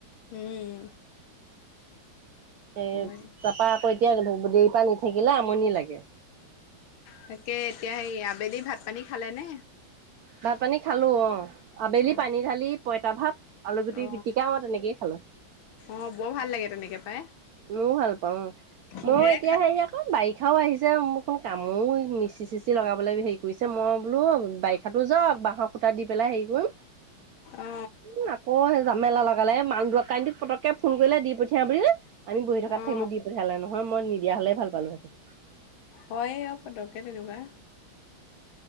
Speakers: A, on the left; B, on the right.
A: উম।
B: এ
A: হয়।
B: তাৰাপা আকৌ এতিয়া দেৰি পৰা নি থাকিলে আমনি লাগে,
A: তাকে এতিয়া সেয়া ভাত পানী খালে নে?
B: ভাত পানী খালো অ আবেলি
A: অ
B: পানী ঢালি পইতা ভাত আলু গুটি
A: অ
B: পিটিকা অ তেনেকেই খালো।
A: অ বৰ ভাল লাগে তেনেকে পাই।
B: ময় ভাল পাও
A: কিহেৰে
B: মই এতিয়া
A: খা
B: হেৰি আকৌ বাইক পখাও আহিছে মোৰ কোন কামো মিষ্টি-চিষ্টি লগাবলৈ হেৰি কৰিছে মই বোলো বাৰিষাটো যাওক। বাঁহৰ খুটা দি পেলাই হেৰি কৰিম
A: অ
B: উম আকৌ সেই জামেলা লগালে মান দু কাইনটো পতককে ফোন কৰিলে দি পঠিয়া বুলি আমি বহি থকাত
A: অ অ
B: থাকিলো দি পঠিয়ালে নহয়, মই নিদিয় হলে ভাল পালো হেতেন।
A: হয় অ পটককে তেনেকুৱা